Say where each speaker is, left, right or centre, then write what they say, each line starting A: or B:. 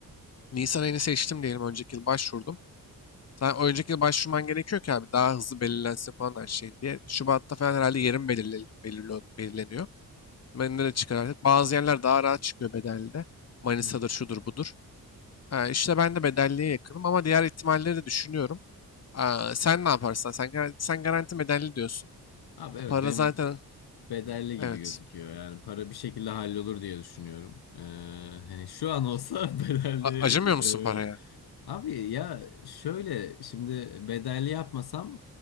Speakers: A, on the left (about 40°); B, on the left (about 85°).
A: Nisan ayını seçtim diyelim önceki yıl başvurdum. Sen o önceki yıl başvurman gerekiyor ki abi daha hızlı belirlensin falan her şey diye. Şubat'ta falan herhalde yerim belirli, belirli- belirleniyor. Ben de çıkar. artık. Bazı yerler daha rahat çıkıyor bedelde. Manisa'dır
B: Hı hı.
A: şudur budur. Ha, işte ben de bedelliye yakınım ama diğer ihtimalleri de düşünüyorum. Aa, sen ne yaparsan sen, gar- sen garanti bedelli diyorsun.
B: Abi evet
A: E, Para
B: benim
A: zaten
B: bedelli gibi
A: evet.
B: gözüküyor. Yani para bir şekilde hallolur diye düşünüyorum. Ee, hani şu an olsa <laughs> bedelli.
A: A- acımıyor musun paraya?
B: e, Abi ya şöyle şimdi bedelli yapmasam